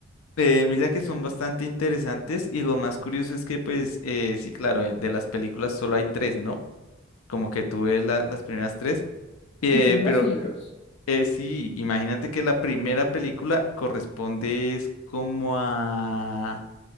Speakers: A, on the left; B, on the left.
A: eh, mira que son bastante interesantes. Y lo más curioso es que pues eh, sí, claro, eh, de las películas solo hay tres, ¿no? Como que tú ves la- las primeras tres. Eh,
B: Y son más
A: pero
B: libros.
A: Eh, sí, imagínate que la primera película corresponde es como a